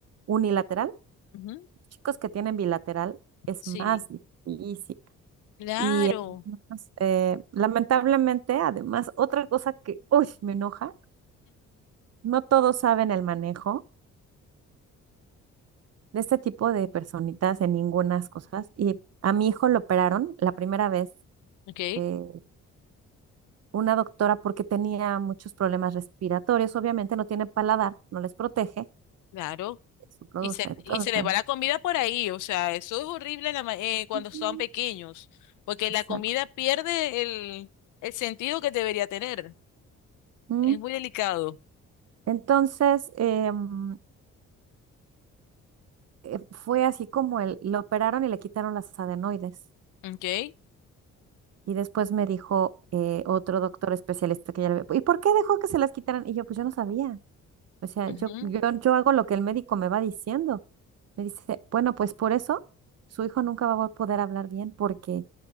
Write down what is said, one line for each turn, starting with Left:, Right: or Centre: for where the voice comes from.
Right: unilateral.
Left: ujú,
Right: Chicos que tienen bilateral es
Left: sí,
Right: más difícil.
Left: claro,
Right: Y además, eh, lamentablemente, además, otra cosa que, uy, me enoja, no todos saben el manejo de este tipo de personitas en ningunas cosas. Y a mi hijo lo operaron la primera vez.
Left: ok,
Right: eh, una doctora porque tenía muchos problemas respiratorios, obviamente no tiene paladar, no les protege,
Left: claro.
Right: eso produce.
Left: Y se,
Right: Entonces,
Left: y se les va la comida por ahí, o sea, eso es horrible en la ma- eh, cuando
Right: Mm.
Left: son pequeños, porque
Right: Exacto.
Left: la comida pierde el, el sentido que debería tener,
Right: Mm.
Left: es muy delicado,
Right: Entonces, eh, mm, eh, fue así como él, lo operaron y le quitaron las adenoides.
Left: ok,
Right: Y después me dijo eh, otro doctor especialista que ya le había... ¿Y por qué dejó que se las quitaran? Y yo, pues yo no sabía. O sea,
Left: ujú,
Right: yo, yo, yo hago lo que el médico me va diciendo. Me dice, bueno, pues por eso su hijo nunca va a poder hablar bien porque